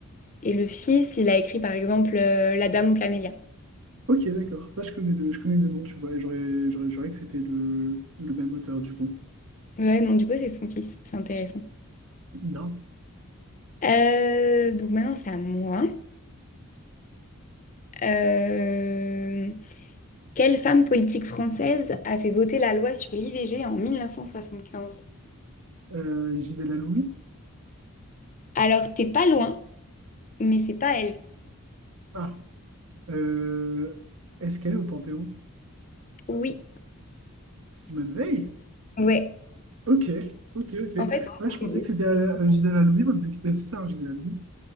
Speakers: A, on the left (about 35°); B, on the right (about 70°).
A: Et le fils, il a écrit, par exemple, euh, La Dame aux Camélias.
B: Ok, d'accord. Ça, je connais deux, je connais deux noms, tu vois, et j'aurais, j'aurais juré que c'était le, le même auteur, du coup.
A: Ouais, non, du coup, c'est son fils. C'est intéressant.
B: Grave.
A: Euh, donc maintenant, c'est à moi. Euh, quelle femme politique française a fait voter la loi sur l'IVG en 1975?
B: Euh, Gisèle Aloumi?
A: Alors, t'es pas loin, mais c'est pas elle.
B: Ah. Euh, est-ce qu'elle est au Panthéon?
A: Oui,
B: Simone Veil?
A: ouais.
B: Ok, ok, ok.
A: En fait,
B: Moi, je pensais
A: euh,
B: que c'était à la- à Gisèle Halimi, vu que- euh, c'est ça, hein, Gisèle Halimi.